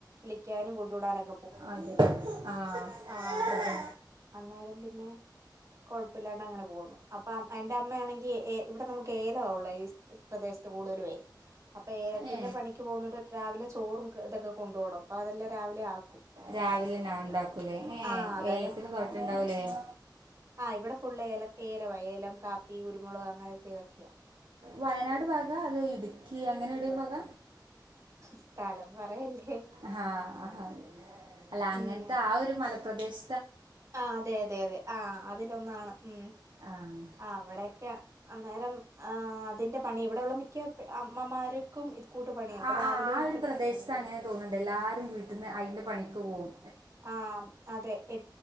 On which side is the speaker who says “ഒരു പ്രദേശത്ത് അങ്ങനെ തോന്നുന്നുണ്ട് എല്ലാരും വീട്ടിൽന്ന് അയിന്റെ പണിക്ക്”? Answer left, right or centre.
Right